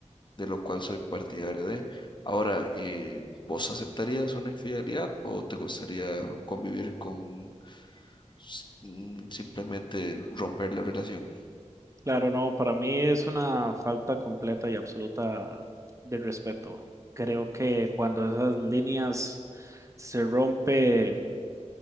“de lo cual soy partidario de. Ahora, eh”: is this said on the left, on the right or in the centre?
Left